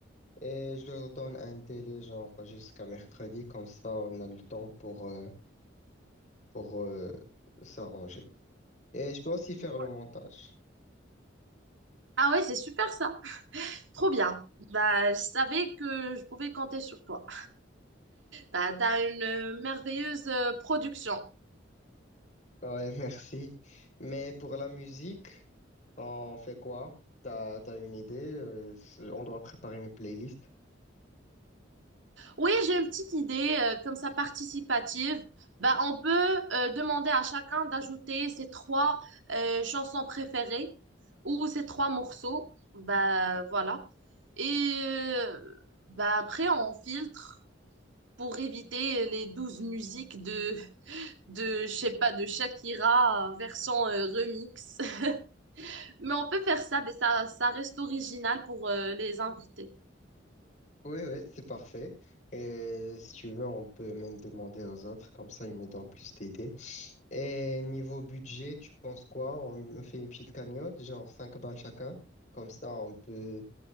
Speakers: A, on the left; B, on the right.
A: Et je leur donne un délai, genre jusqu'à mercredi. Comme ça, on a le temps pour... euh, pour euh, s'arranger. Et je peux aussi faire
B: Ouais.
A: le montage.
B: Ah ouais, c'est super ça. Trop bien. Bah, je savais que je pouvais compter sur toi. Bah, t'as une euh, merveilleuse euh, production.
A: Ah Ouais, <laughs> merci. Mais pour la musique, on fait quoi? T'as, t'as une idée? euh, c'est- on doit préparer une playlist.
B: Oui, j'ai une petite idée, euh, comme ça participative. Bah, on peut euh, demander à chacun d'ajouter ses trois euh, chansons préférées ou ses trois morceaux. Bah, voilà. Et euh, bah, après, on filtre pour éviter les douze musiques de, de, je sais pas, de Shakira euh, version euh, remix. <laughs> Mais on peut faire ça, mais ça, ça reste original pour euh, les invités.
A: Oui, oui, c'est parfait. Et si tu veux, on peut même demander aux autres, comme ça ils nous donnent plus d'idées. Et niveau budget, tu penses quoi? On fait une petite cagnotte, genre 5 balles chacun. Comme ça, on peut,